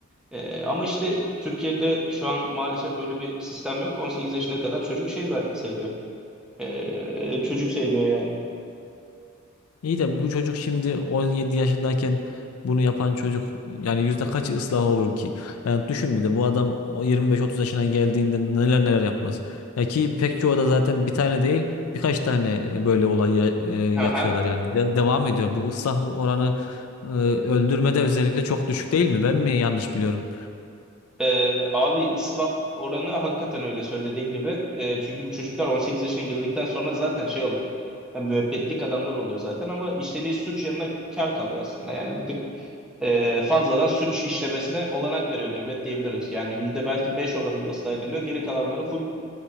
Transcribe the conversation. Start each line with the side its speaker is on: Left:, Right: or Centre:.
Centre: E, ama işte Türkiye'de şu an maalesef böyle bir sistem yok. 18 yaşına kadar çocuk şey za- sayılıyor. Ee, çocuk sayılıyor yani.
Left: İyi de bu çocuk şimdi 17 yaşındayken bunu yapan çocuk yani yüzde kaçı ıslah olur ki? Yani düşün bir de bu adam o 25-30 yaşına geldiğinde neler neler yapmaz. Ya ki pek çoğu da zaten bir tane değil birkaç tane e, böyle olay ya- e, yapıyorlar
Centre: Aha.
Left: yani De- devam ediyor. Bu ıslah oranı e, öldürmede özellikle çok düşük değil mi? Ben mi yanlış biliyorum?
Centre: Ee, abi ıslah oranı hakikaten öyle söylediğin gibi. Ee, çünkü bu çocuklar 18 yaşına girdikten sonra zaten şey oluyor. Yani müebbetlik adamlar oluyor zaten ama işlediği suç yanına kar kalıyor aslında. Yani bir tık e, fazladan suç işlemesine olanak veriyor devlet diyebiliriz. Yani yüzde belki 5 oranında ıslah ediliyor. Geri kalanları full